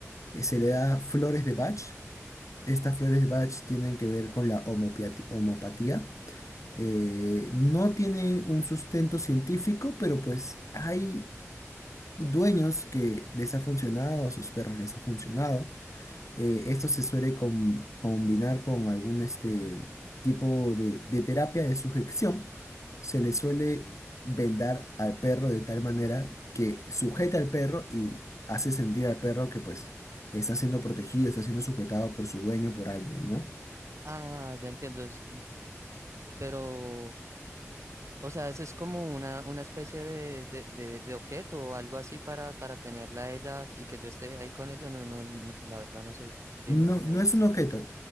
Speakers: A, on the left (about 80°); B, on the right (about 70°).
A: Eh, se le
B: Sí.
A: da flores de Bach. Estas flores de Bach tienen que ver con la homopiati- homopatía eh, no tiene un sustento científico, pero pues hay dueños que les ha funcionado, a sus perros les ha funcionado. Eh, esto se suele com- combinar con algún este, tipo de, de terapia de sujeción. Se le suele vendar al perro de tal manera que sujeta al perro y hace sentir al perro que pues está siendo protegido, está siendo sujetado por su dueño, por alguien, ¿no?
B: Ah, ya entiendo, es- pero... O sea, eso es como una, una especie de, de, de, de objeto o algo así para, para tenerla a ella y que yo esté ahí con ella. No, no, no, la verdad no sé bien
A: No,
B: lo que me
A: no
B: dijiste.
A: es un objeto.